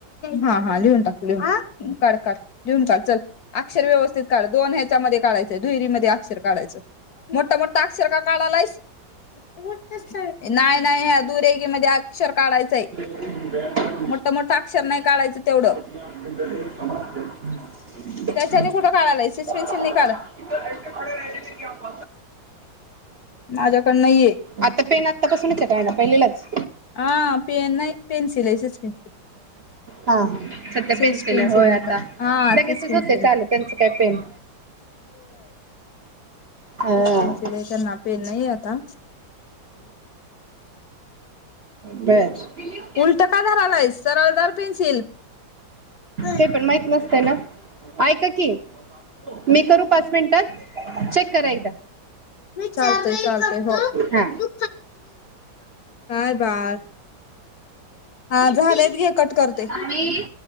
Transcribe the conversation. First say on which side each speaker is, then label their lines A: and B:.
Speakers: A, on the left (about 60°); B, on the right (about 45°).
A: हा हा लिहून टाक. काढ काढ लिहून काढ चल अक्षर व्यवस्थित काढ दोन ह्याच्यामध्ये काढायचंय दुहेरी मध्ये अक्षर काढायचं. मोठ-मोठ अक्षर का काढालाईस? नाही नाही ह्या दुरेगी मध्ये अक्षर काढायचय.
B: आता
A: मोठं- मोठ अक्षर नाही काढायचं तेवढं.
B: <unintelligible>
A: त्याच्याने कुठं काढायलाय पेन्सिल नाही काढ माझ्याकडे नाहीये
B: आता पेन आतापासूनच आहे का यांना पहिली लाच?
A: ह पेन नाही. पेन्सिल आहे शीस पेन्सिल.
B: हा ह सध्या पेन्सिल
A: सिस
B: होय
A: नाही
B: आता,
A: का हा
B: लगेचच
A: सिस पेन्सिल
B: होतय चालू त्यांचं काय पेन. हा
A: शीस पेन्सिल हे त्यांना पेन नाही आता,
B: बर
A: उलट कायधरालायस सरळ धर पेन्सिल ह
B: ते पण माहित नसतंय ना ऐका की मी करू पाच मिनिटात चेक करा एकदा
A: चालतय चालतय हो
B: हा
A: काय बाळ हा झालेत गे कट करतेय
B: आम्ही